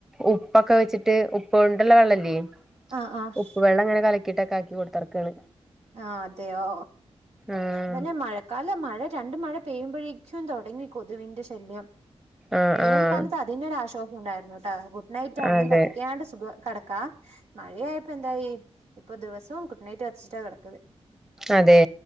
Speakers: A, in the centre; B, on the right.
A: ഉപ്പക്കെ വെച്ചിട്ട് ഉപ്പ് കൊണ്ടുള്ള വെള്ളല്ലേ
B: ആഹ് ആഹ്
A: ഉപ്പ് വെള്ളം ഇങ്ങനെ കല ക്കിട്ടാക്കാക്കി കൊടുത്തടക്കാണ്
B: ആ അതെയോ
A: ആഹ്
B: തന്നെ മഴക്കാലം മഴ രണ്ട് മഴ പെയ്യുമ്പോഴേക്കും തുടങ്ങി കൊതുവിന്റെ ശല്യം
A: ആഹ്
B: വേനൽക്കാലത്ത്
A: ആഹ്
B: അതിന്റൊരാശ്വാ ഉണ്ടായിരുന്നൂട്ടോ ഗുഡ് നൈറ്റ് ഒന്നും
A: അതെ
B: കത്തിക്കാണ്ട് സുഖ ആ കട ക്കാ മഴയായപ്പോ എന്തായി ഇപ്പൊ ദിവസവും ഗുഡ്നൈറ്റ് കത്തിച്ചിട്ടാ കിടക്കത്
A: അതെ